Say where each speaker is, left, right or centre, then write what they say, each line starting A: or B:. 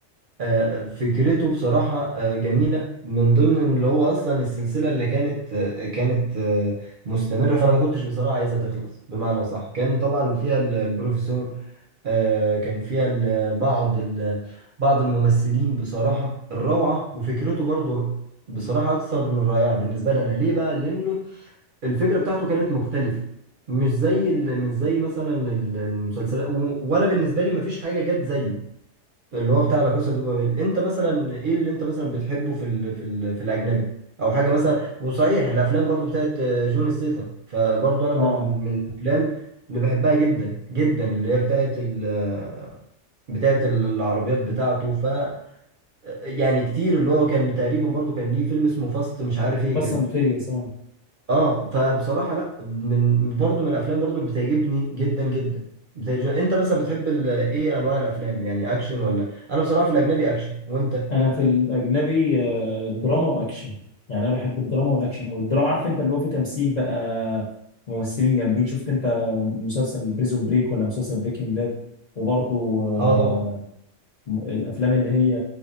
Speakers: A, on the right; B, on the left.
A: آه، فكرته بصراحة آه، جميلة من ضمن اللي هو أصلا السلسلة اللي كانت آه، كانت آه، مستمرة فأنا ما كنتش بصراحة عايزها تخلص بمعنى صح كان طبعا فيها ال- البروفيسور آه، كان فيها ال- بعض ال- بعض الممثلين بصراحة الروعة وفكرته برضو ر- بصراحة أكثر من رائعة بالنسبة لنا ليه بقى؟ لأنه الفكرة بتاعته كانت مختلفة مش زي ال- مش زي مثلا ال- المسلسلات و- وأنا بالنسبة لي مفيش حاجة جت زيه اللي هو بتاع لا كاسا دي بابيل انت مثلا ايه اللي انت مثلا بتحبه في ال في ال في الاجنبي او حاجه مثلا وصحيح الافلام برضو بتاعت آه، جون ستيثم فبرضو انا
B: اه
A: بال- من الافلام اللي بحبها جدا جدا اللي هي بتاعت ال آه، بتاعت ال- العربيات بتاعته ف آه، يعني كتير اللي هو كان تقريبا برضو كان ليه فيلم اسمه فاست مش عارف ايه
B: فاست
A: كده
B: اند فيريوس
A: اه فبصراحه لا من برضو من الافلام برضو اللي بتعجبني جدا جدا بتعجب... انت مثلا بتحب ال... ايه انواع الافلام يعني اكشن ولا انا بصراحه في الاجنبي اكشن وانت
B: انا في الاجنبي آه، دراما واكشن يعني انا بحب الدراما والاكشن او الدراما عارف انت اللي هو فيه تمثيل بقى ممثلين جامدين شفت انت مسلسل بريزون بريك ولا مسلسل بريكنج باد وبرضه آه،
A: اه طبعا
B: الافلام اللي هي